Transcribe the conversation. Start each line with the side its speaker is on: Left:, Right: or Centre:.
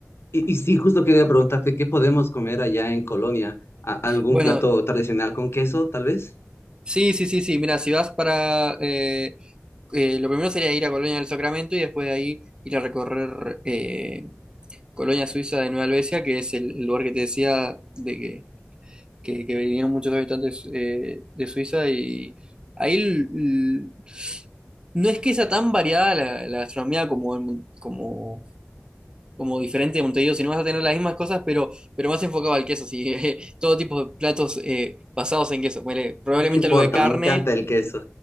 Left: Y, y sí, justo quería preguntarte, ¿qué podemos comer allá en Colonia? ¿A- ¿Algún
Right: Bueno,
Left: plato tradicional con queso, tal vez?
Right: sí, sí, sí, sí, mira, si vas para... eh, eh, lo primero sería ir a Colonia del Sacramento y después de ahí ir a recorrer eh, Colonia Suiza de Nueva Albesia, que es el, el lugar que te decía de que, que, que vinieron muchos habitantes eh, de Suiza y ahí l- l- no es que sea tan variada la, la gastronomía como, en Mon- como, como diferente de Montevideo, sino vas a tener las mismas cosas, pero, pero más enfocado al queso, sí, <laughs> eh, todo tipo de platos eh, basados en queso, Ponele, probablemente
Left: No importa,
Right: algo de carne
Left: me encanta el queso.